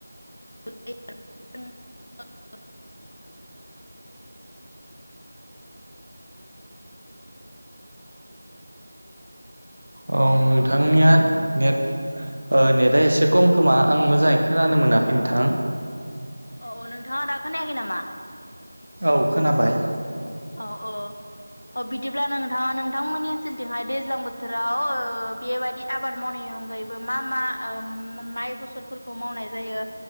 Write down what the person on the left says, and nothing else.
<unintelligible>
अ अ नोंथाङा दा खोनायाखै नामा?
औ ओ अ बिदिब्ला नोंथाङा नोंथांमोननि ओनसोलथिंहाय दैज्लां बोथोराव ओ बेबायदि आबाद मावनायनि अनगायैबो मा मा माइ फसलफोरखौ मावनाय जायो।